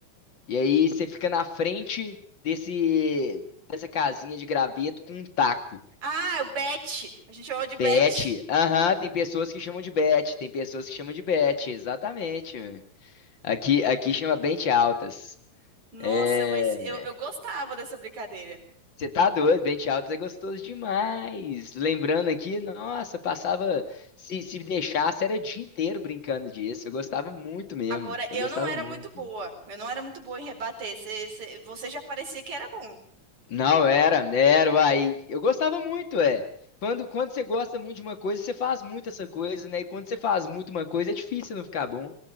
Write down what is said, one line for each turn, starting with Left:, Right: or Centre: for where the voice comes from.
Left: e aí você fica na frente desse, dessa casinha de graveto com um taco.
Right: Ah, o Bet. A gente chamava de Bet.
Left: Bet. Aham, tem pessoas que chamam de bet, tem pessoas que chamam de bet, exatamente. mano. Aqui, aqui chama Bente altas.
Right: Nossa,
Left: É,
Right: mas eu, eu gostava dessa brincadeira.
Left: você tá doido, Bente altas é gostoso demais. Lembrando aqui, nossa, eu passava, se, se deixasse, era o dia inteiro brincando disso. Eu gostava muito mesmo,
Right: Agora,
Left: eu
Right: eu
Left: gostava
Right: não era
Left: muito.
Right: muito boa. Eu não era muito boa em rebater. Cê- cê- você já parecia que era bom.
Left: Não, era, era, uai. Eu gostava muito, é. Quando, quando você gosta muito de uma coisa, você faz muito essa coisa, né? E quando você faz muito uma coisa, é difícil não ficar bom.